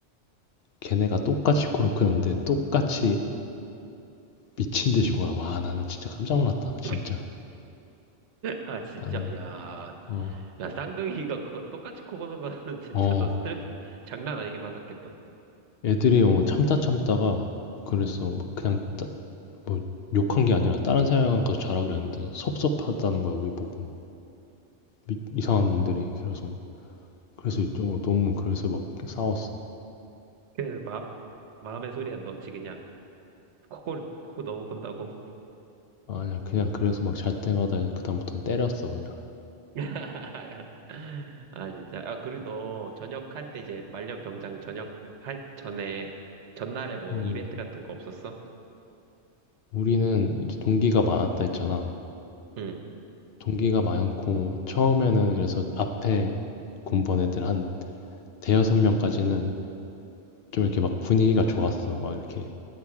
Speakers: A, on the left (about 65°); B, on the right (about 75°).
A: 걔네가 똑같이 코를 크는데 똑같이 미친 듯이 골아. 와, 나는 진짜 깜짝 놀랐다. 진짜.
B: <laughs> 아, 진짜,
A: 나는
B: 야.
A: 어,
B: 야, 쌍둥이가 그 똑같이 코 보는 거는 <laughs> 진짜
A: 어.
B: 너 스트레스 장난 아니게 받았겠다.
A: 애들이 어, 참다 참다가 그래서 막 그냥 뭐 욕한 게 아니라 다른 사람 가서 자라 그랬는데 섭섭하다는 거야 우리 보고 미- 이상한 놈들이 그래서 그래서 좀 어, 너무 그래서 막 싸웠어
B: 그, 마, 마음의 소리에 넣지, 그냥. 코골, 코 너무 꾼다고.
A: 아니야 그냥 그래서 막 잘 때마다 그다음부터는 때렸어 그냥
B: <laughs> 아, 진짜. 아, 그리고 너 전역할 때 이제 말년병장 전역할 전에, 전날에 뭐
A: 음
B: 이벤트 같은 거 없었어?
A: 우리는 이제 동기가 많았다 했잖아
B: 응,
A: 동기가 많고 처음에는 그래서 앞에 군번 애들 한 대여섯 명까지는 좀 이렇게 막 분위기가 좋았어 막 이렇게